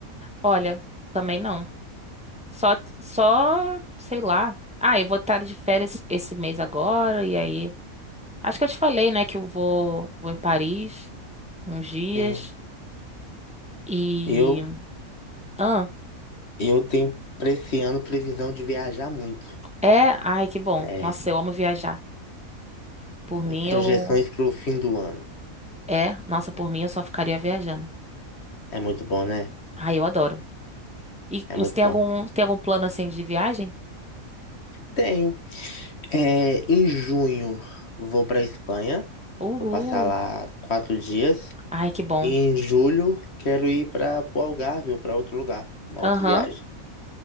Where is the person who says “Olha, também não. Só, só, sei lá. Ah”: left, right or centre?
Centre